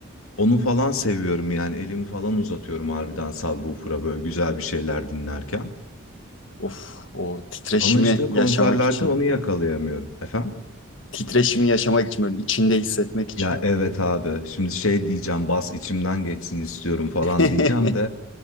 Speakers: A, on the left; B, on the left.
A: Onu falan seviyorum yani elimi falan uzatıyorum harbiden subwoofer'a böyle güzel bir şeyler dinlerken.
B: Of, o titreşimi
A: Ama işte
B: yaşamak
A: konserlerde
B: için.
A: onu yakalayamıyorum. Efendim?
B: Titreşimi yaşamak için böyle içinde hissetmek için.
A: Ya evet abi şimdi şey diyeceğim bas içimden geçsin istiyorum falan
B: <laughs>
A: diyeceğim de